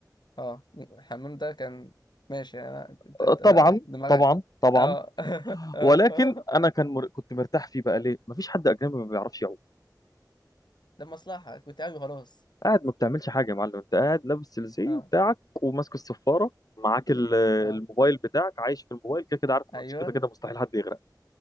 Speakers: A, on the left; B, on the left.
A: اه الحمام ده كان ماشي يعني انا انت
B: آه،
A: انت-
B: طبعا
A: آه، دماغك
B: طبعا طبعا
A: اه <laughs> اه
B: ولكن انا كان مر... كنت مرتاح فيه بقى ليه مفيش حد اجنبي ما بيعرفش يعوم
A: ده مصلحه كنت قوي خلاص
B: قاعد ما بتعملش حاجه يا معلم انت قاعد لابس الزي
A: اه
B: بتاعك وماسك الصفاره معاك ال-
A: اه
B: الموبايل بتاعك عايش في الموبايل كده كده عارف
A: ايوه
B: إنه مش كده كده مستحيل حد يغرق